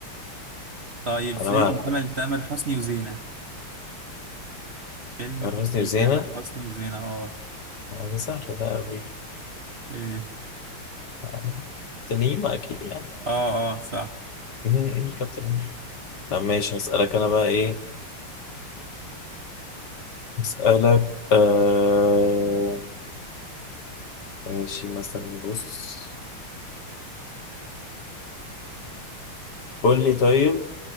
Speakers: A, on the right; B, on the left.
A: طيب فيلم
B: على مالك
A: عمل
B: لا.
A: تامر حسني وزينة فيلم
B: تامر
A: كان
B: حسني
A: فيه
B: وزينة
A: تامر حسني وزينة اه
B: آه، سهلة ده أوي
A: ايه
B: يعني تنيمة أكيد يعني
A: اه اه صح
B: <laughs> كابتن هيما. طب ماشي هسألك أنا بقى إيه هسألك آه... ماشي مثلا بص قول لي طيب